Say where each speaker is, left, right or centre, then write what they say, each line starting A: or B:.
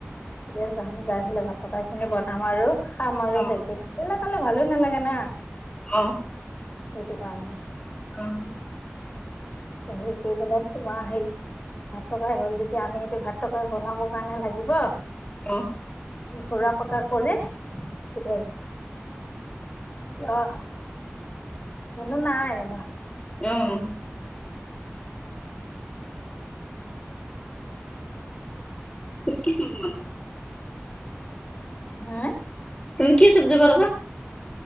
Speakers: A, on the left; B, on the left.
A: এতিয়া যাম যাই পেলাই ভাত তৰকাৰী খিনি বনাম আৰু, আমাৰো
B: অঁ
A: সেইটো <unintelligible> <unintelligible> ভালো নালাগে না।
B: আহ
A: সেইটোকাৰনে।
B: উ।
A: হেৰি কৰি পেলাই তোমাৰ হেৰি ভাত তৰকাৰি হ'ল যেতিয়া আমি এইটো ভাত তৰকাৰি বনাব কাৰণে লাগিব,
B: অ'।
A: ঘোৰা পকা কৰে, কেতিয়া? আহ মুনু নাই ৰ'বা,
B: অঁ একেই চ মান।
A: হা।
B: তুমি কি চব্জি বানাবা?